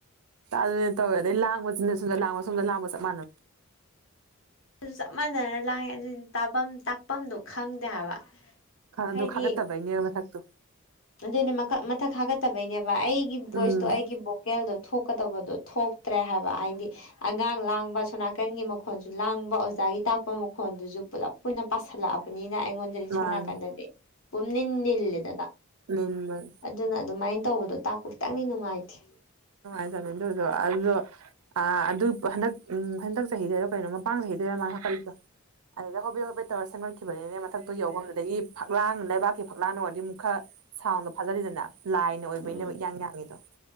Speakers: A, on the right (about 85°); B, on the left (about 65°).
A: ꯇꯅꯦ ꯇꯧꯋꯦ ꯑꯗꯩ ꯂꯥꯡꯕꯁꯤꯅꯦ ꯁꯣꯝꯗ ꯂꯥꯡꯕ ꯁꯣꯝꯗ ꯂꯥꯡꯕ ꯆꯞ ꯃꯥꯟꯅ
B: ꯑꯗꯨ ꯆꯞ ꯃꯥꯟꯅꯅ ꯂꯥꯡꯉꯦ ꯑꯗꯨ ꯇꯥꯐꯝ ꯇꯥꯛꯐꯝꯗꯣ ꯈꯪꯗꯦ ꯍꯥꯏꯕ
A: ꯑꯗꯨ
B: ꯍꯥꯏꯗꯤ
A: ꯈꯒꯠꯇ ꯚꯅꯤꯔꯝ ꯊꯥꯛꯛꯇꯣ
B: ꯑꯗꯨꯅꯦ ꯃꯈꯛ ꯃꯊꯛ ꯊꯒꯠꯇꯕꯩꯅꯦꯕ ꯑꯩꯒꯤ ꯚꯣꯏꯁꯇꯣ
A: ꯎꯝ
B: ꯑꯩꯒꯤ ꯚꯣꯀꯦꯜꯗꯣ ꯊꯣꯛꯀꯗꯧꯕꯗꯣ ꯊꯣꯛꯇ꯭ꯔꯦ ꯍꯥꯏꯕ ꯍꯥꯏꯗꯤ ꯑꯉꯥꯡ ꯂꯥꯡꯕ ꯁꯣ ꯅꯥꯀꯟꯒꯤ ꯃꯈ ꯃꯈꯣꯟꯁꯨ ꯂꯥꯡꯕ ꯑꯣꯖꯥꯒꯤ ꯇꯥꯛꯄ ꯃꯈꯣꯟꯗꯨꯁꯨ ꯄꯨꯂꯞ ꯀ ꯄꯨꯏꯅ ꯄꯥꯁꯜꯂꯛꯑꯕꯅꯤ ꯑꯅ ꯑꯩꯉꯣꯟꯗꯗꯤ
A: ꯃꯥꯅꯤ
B: ꯁꯣꯝ ꯅꯥꯀꯟꯗꯗꯤ ꯄꯨꯝꯅꯤꯟ ꯅꯤꯜꯂꯦꯗꯅ
A: ꯅꯦꯝꯃꯜ
B: ꯑꯗꯨꯅ ꯑꯗꯨꯃꯥꯏꯅ ꯇꯧꯕꯗꯣ
A: ꯃꯦ
B: ꯇꯥꯛꯄ ꯈꯤꯇꯪꯗꯤ ꯅꯨꯡꯉꯥꯏꯇꯦ
A: ꯑꯗꯨ ꯑꯗꯨ ꯑꯗꯨ ꯑ ꯑꯗꯨ ꯍꯟꯗꯛ ꯎ ꯍꯟꯗꯛ ꯆꯍꯤꯗꯔꯣ ꯀꯩꯅꯣ ꯃꯄꯥꯡ ꯆꯍꯤꯗꯔꯣ ꯃꯥꯅ ꯍꯥꯀꯠꯂꯤꯗꯣ ꯑꯗꯨꯗꯩ ꯍꯣꯕꯦ ꯍꯣꯕꯦ ꯇꯧꯔ ꯁꯦꯝꯒꯠꯈꯤꯕꯅꯤꯅꯦ ꯃꯊꯛꯇ ꯌꯧꯐꯝꯗꯨꯗꯒꯤ ꯐꯛꯂꯥꯡ ꯂꯩꯕꯥꯛꯀꯤ ꯐꯛꯂꯥꯡꯅ ꯋꯥꯔꯤ ꯑꯃꯨꯛ ꯈꯔ ꯁꯥꯎꯟꯗꯣ ꯐꯥꯖꯔꯤꯗꯅ ꯂꯥꯏꯅꯣ ꯣꯏꯕ
B: ꯎꯝ
A: ꯌꯥꯝ ꯌꯥꯝꯗꯣ